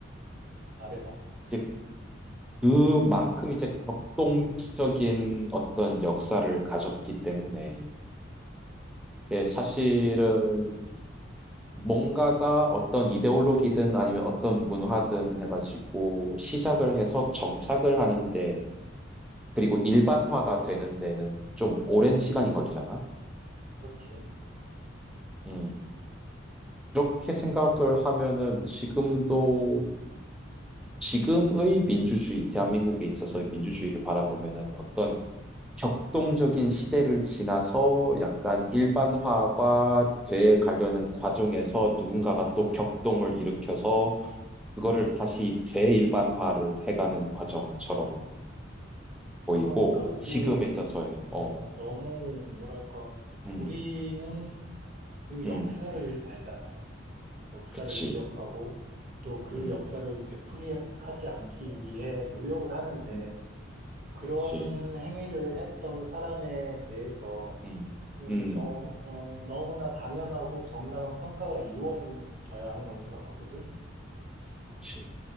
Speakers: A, on the right (about 40°); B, in the centre.
A: 말해봐.
B: 이제 그만큼 이제 격동적인 어떤 역사를 가졌기 때문에 이게 사실은 뭔가가 어떤 이데올로기든 아니면 어떤 문화든 해가지고 시작을 해서 정착을 하는데 그리고 일반화가 되는 데는 좀 오랜 시간이 걸리잖아.
A: 그렇지.
B: 음. 그렇게 생각을 하면은 지금도 지금의 민주주의, 대한민국에 있어서의 민주주의를 바라보면은 어떤 격동적인 시대를 지나서 약간 일반화가 돼 가려는 과정에서 누군가가 또 격동을 일으켜서 그거를 다시 재일반화를 해가는 과정처럼 보이고,
A: 그러니까 이게
B: 지금에 있어서의,
A: 어,
B: 어,
A: 너무 뭐랄까
B: 음,
A: 우리는 그 역사를
B: 음,
A: 알잖아. 역사를
B: 그치,
A: 기억하고 또 그
B: 음,
A: 역사를 되풀이하지 않기 위해 노력을 하는데
B: 음,
A: 그런
B: 그치,
A: 행위를 했던 사람에 대해서
B: 음,
A: 음,
B: 음,
A: 저, 어, 너무나 당연하고 정당한 평가가 이루어져야 한다고 생각하거든.
B: 그치,